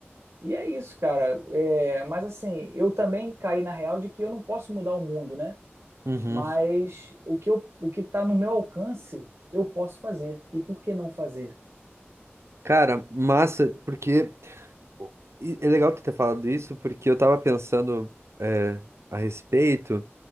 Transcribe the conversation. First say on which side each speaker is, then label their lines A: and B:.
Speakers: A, on the right; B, on the right.
A: E é isso, cara. É, mas assim, eu também caí na real de que eu não posso mudar o mundo, né?
B: Uhum.
A: Mas o que eu, o que está no meu alcance, eu posso fazer. E por que não fazer?
B: Cara, massa, porque e é legal tu ter falado isso, porque eu tava pensando é, a respeito